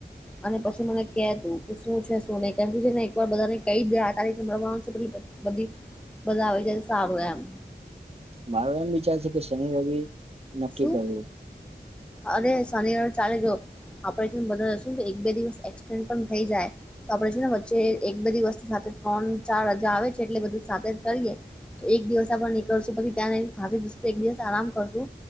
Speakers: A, in the centre; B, on the right (about 35°).
A: અને પછી મને ક તું કે શું છે શું નહી કેમ કે ને એક વાવાર બધાને કઈ દે આ તારી મળવાનું છે પ બધી બધા આવી જાય સારું એમ
B: મારો એમ વિચાર છે કે શનિ રવિ નક્કી
A: શું
B: કરવું
A: અનેરે શનિવારે ચાલે જો આપડેને બધાશું એક બે દિવસ એક્સન્ડ પણ થઈ જાય તો આપડે છે ને વચ્ચે એક બધી વસ્તીુ સાથે ત્રણ ચાર રજા આવે છે એટલે બધું સાથે જ કરીએ તો એક દિવસ આપ પણ નહી કરશું પછી ત્યાં થાકી જશ તો એક દિવસ આરામ કરશું